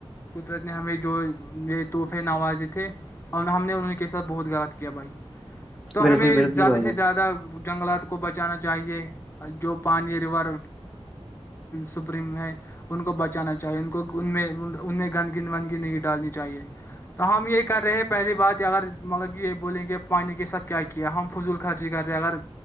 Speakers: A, on the left (about 20°); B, in the centre.
A: قدرت نے ہمیں جو یہ تحفے نوازے تھے اور ہم نے انہ کے ساتھ بہت غلط کیا بھائی تو
B: بالکل
A: ہمیں
B: بالکل
A: زیادہ
B: بھائی
A: سے
B: جان
A: زیادہ جنگلات کو بچانا چاہیے جو پانی ریور سپریم ہے ان کو بچانا چاہیے ان کو ان ان میں گندگ وندگی نہیں ڈالنی چاہیے تو ہم یہ کر رہے ہیں پہلی بات اگر مطلب کہ یہ بولیں گے پانی کے ساتھ کیا کہ ہم فضول خرچی کر رہے ہیں اگر